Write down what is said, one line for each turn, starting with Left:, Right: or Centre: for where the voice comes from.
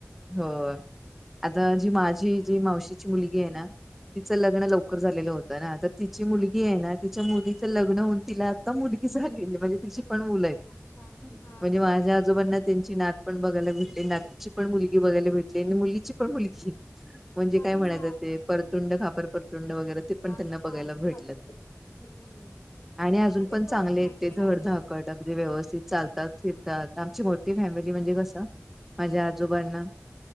Centre: हो आता जी माझी जी मावशीची मुलगी आहे ना. तिचं लग्न लवकर झालेलं होतं ना तर तिची मुलगी आहे ना तिच्या मुलीचं लग्न होऊन तिला मुलगीगेली म्हणजे ति पण मुलं आहेत
Left: अच्छा हा
Centre: म्हणजे
Left: काय
Centre: माझ्या ोबांना त्यांची नात पण बघायला भेटली नाची पण मुली मुी बघायला भेटली आणि मुलीची पण मुलगी म्हणजे
Left: हा
Centre: काय
Left: ना
Centre: म्हणायचं ते परतुंड खापर परतुंड वगैरे ते
Left: हा
Centre: पण त्यांना बघायला भेटलं.
Left: पत हम्म
Centre: आणि अजून
Left: म्हणजे
Centre: पण चांगले
Left: खूप मोठी
Centre: आहेत ते
Left: फॅमिली
Centre: धडधा कडक व्यवस्थित चालतात फिरतात आमची मोठी फॅमिली म्हणजे कसं माझ्या आजोबांना